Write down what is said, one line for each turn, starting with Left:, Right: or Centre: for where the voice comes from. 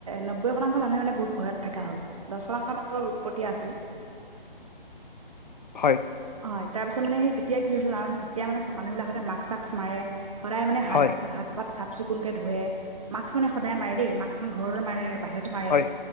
Right: নব্বৈ শতাংশ মানুহে মানে বহুত ভয়ত থকা হ'ল। দহ শতংশ মানুহৰ উৎপটীয়া আছিল।
Left: হয়।
Right: হয়, তাৰ পিছত মানে সেই তেতিয়া কি হৈছিল জানা নে তেতিয়া মানে মানুহ বিলাকতে মাক-চাক মাৰে। সদায় মানে হাত-হাত
Left: হয়
Right: পাত চাফ চিকুণকে ধুৱে। মাক্স মানে সদায় মাৰে দেই মাক্স মানে ঘৰত মাৰে বাহিৰতো মাৰে
Left: হয়